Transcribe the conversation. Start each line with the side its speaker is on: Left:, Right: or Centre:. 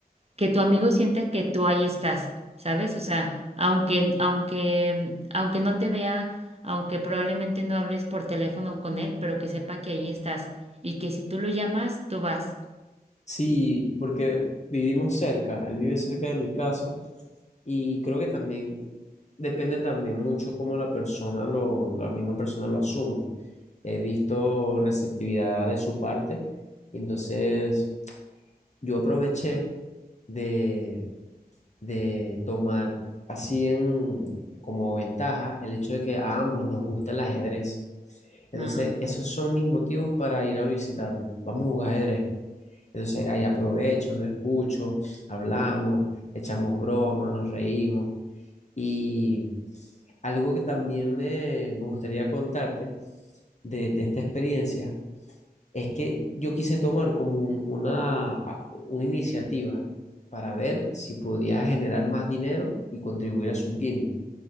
Right: que tu amigo sienta que tú ahí estás, ¿sabes? O sea, aunque, aunque, aunque no te vea, aunque probablemente no hables por teléfono con él, pero que sepa que ahí estás y que si tú lo llamas, tú vas.
Left: Sí, porque vivimos cerca, él vive cerca de mi casa y creo que también depende también mucho cómo la persona, lo, la misma persona lo asuma. He visto receptividad de su parte, entonces... yo aproveché de, de tomar así en, como ventaja el hecho de que a ambos nos gusta el ajedrez. Entonces,
Right: Ah,
Left: esos son mis motivos para ir a visitarlo. Vamos a jugar ajedrez. Entonces, ahí aprovecho, lo escucho, hablamos, echamos broma, nos reímos. Y algo que también me, me gustaría contarte de, de esta experiencia es que yo quise tomar como un- una, a- una iniciativa para ver si podía generar más dinero y contribuir a su gimmick.